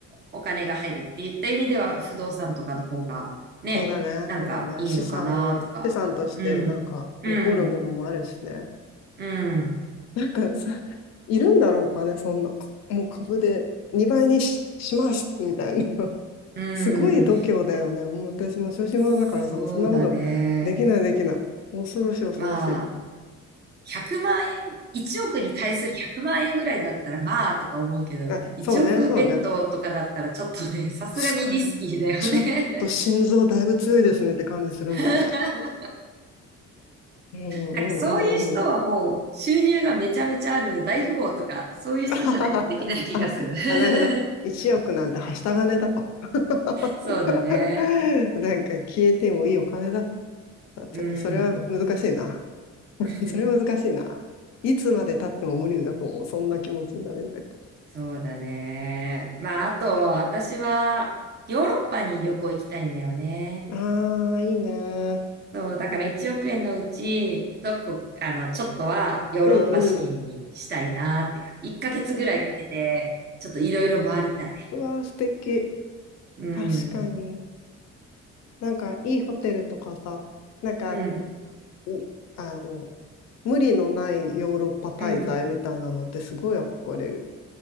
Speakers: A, on the right; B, on the left.
A: お金が入るっていった意味では、不動産とかの方が、ね、
B: そうだね。
A: なんかいいのかなとか。
B: そうだね。資産に、資産としてなんか残るものもあるしね。
A: うん、うん、うん、
B: なんかさ、いるんだろうかね、そんな。かもう株で2倍にし、しますみたいな。
A: う
B: すごい度胸だよね。
A: ん。
B: もう私も小心者だからさ、
A: そうだね。
B: もうそんなことできないできない。恐ろしい恐ろしい。
A: まあ、100万円、1億に対する100万円ぐらいだったら、まあ、とか思うけど、
B: あ、
A: 1億ベッドとかだったら、
B: そうね、そうね。
A: ちょっとね、さすがにリスキーだよね。
B: すごい。ちょっと心臓だいぶ強いですねって感じするもんね。
A: <laughs>
B: うんうんうんうん。
A: なんかそういう人はもう収入がめちゃめちゃある大富豪とか、そういう人じゃないとできない気がする。
B: <laughs> あはははあ、
A: <laughs>
B: あなるほど。1億なんてはした金だと。
A: そうだね。
B: <laughs> なんか消えてもいいお金だと。あちょっとそれは難しいな。
A: うん。
B: <laughs>
A: <laughs>
B: それは難しいな。いつまで経っても無理だと思う。そんな気持ちになれないと
A: そうだね。まあ、あと、私はヨーロッパに旅行行きたいんだよね。
B: 思う。ああ、いいね。
A: そう、だから1億円のうち、どこ、あの、ちょっとはヨーロッパ資金にしたいなって感じ。
B: うんうん。
A: 1ヶ月ぐらいかけて、ちょっといろいろ回りたい。
B: うわー、素敵。
A: うん、
B: 確かに。なんか、いいホテルとかさ、なんか、
A: うん、
B: うあの、無理のないヨーロッパ滞在みたいなのってすごい憧れる。
A: うん。